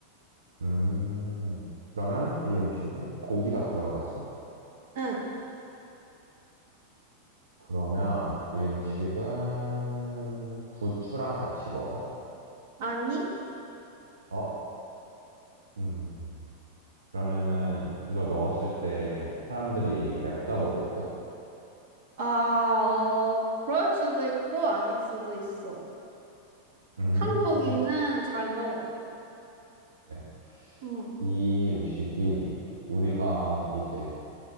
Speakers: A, on the right; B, on the right.
A: 음, 그러면 이 음식은 고기가 들어가 있어?
B: 응,
A: 그러면 이 음식은 부추랑 같이 먹어?
B: 아니?
A: 어? 음, 그러면은 이걸 먹었을 때 사람들이 맵다고 느껴?
B: 아, 어, 그럴 수도 있고, 아닐 수도 있어.
A: 음,
B: 한국인은 잘 먹어.
A: 네.
B: 응.
A: 이 음식이 우리가 이제